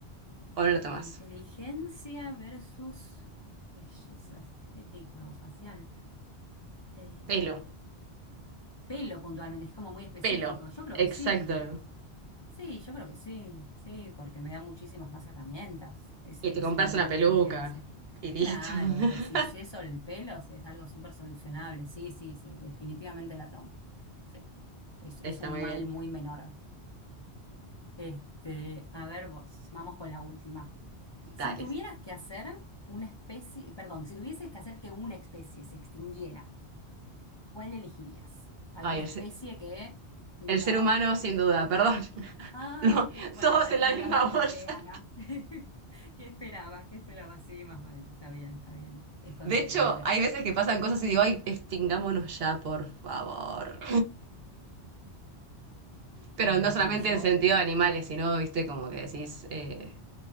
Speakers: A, on the left; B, on the right.
A: ok,
B: o no la
A: inteligencia
B: tomás?
A: versus belleza estética o facial. Em,
B: Pelo,
A: Pelo puntualmente, es como muy específico.
B: pelo,
A: Yo creo
B: exacto.
A: que sí. Sí, yo creo que sí. Sí, porque me da muchísimas más herramientas ese,
B: Y te
A: ese
B: compras
A: nivel
B: una
A: de
B: peluca
A: inteligencia.
B: y listo.
A: Claro,
B: <laughs>
A: si es eso el pelo, si es algo súper solucionable. Sí, sí, sí, definitivamente la tomo. Sí, es, es
B: Está
A: un
B: muy
A: mal
B: bien.
A: muy menor. Este, a ver vos, vamos con la última. Si
B: Dale.
A: tuvieras que hacer una especie, perdón, si tuvieses que hacer que una especie se extinguiera, ¿cuál elegirías? ¿Alguna
B: Ay, el
A: especie
B: ser,
A: que... No,
B: el ser humano sin duda, perdón. <laughs>
A: Ah,
B: No,
A: ok. Bueno,
B: todos
A: está,
B: en
A: estoy
B: la
A: hablando
B: misma
A: con
B: bolsa.
A: una vegana. <laughs> ¿Qué esperaba? ¿Qué esperaba? Sí, más vale. Está bien, está bien. Es consecuente.
B: De hecho, hay veces que pasan cosas y digo, ay, extingámonos ya, por favor. Pero
A: Ay,
B: no
A: va,
B: solamente
A: no, yo,
B: en sentido de animales, sino, viste, como que decís, eh,